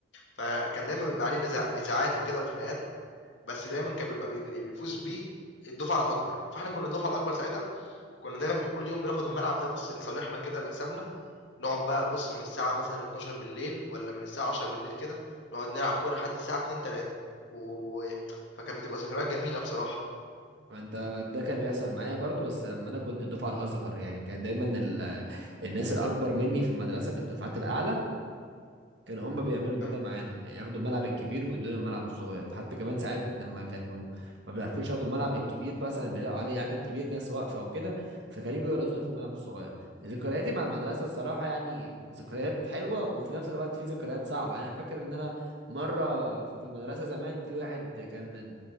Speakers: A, on the left; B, on the right.
A: فكان دايما بيبقى عليه نزاع... نزاعات وكده وخناقات بس دايما كان بيبقى بي- اللي بيفوز بيه الدفعة الأكبر فاحنا كنا الدفعة الأكبر ساعتها كنا دايما كل يوم بناخد الملعب ده بص لصالحنا كده لحسابنا نقعد بقى بُص من الساعة مثلًا 00:00 والّا من الساعة 22:00 كده، نقعد نلعب كورة لحد الساعة 02:00، 03:00 و فكانت بتبقى ذكريات جميلة بصراحة.
B: ما انت ده كان بيحصل معايا برضو بس لما انا كنت الدفعه الاصغر يعني كان دايما ال... الناس الاكبر مني في المدرسه في الدفعات الاعلى كان هم بيعملوا كده
A: تمام.
B: معانا يعني ياخدوا الملعب الكبير ويدونا الملعب الصغير ده حتى كمان ساعات لما كانوا ما بيعرفوش ياخدوا الملعب الكبير مثلا بيلاقوا عليه عدد كبير ناس واقفه وكده فكانوا يجوا يرزونا في الملعب الصغير ذكرياتي مع المدرسه الصراحه يعني ذكريات حلوه وفي نفس الوقت في ذكريات صعبه يعني انا فاكر ان انا مره في المدرسه زمان في واحد كان من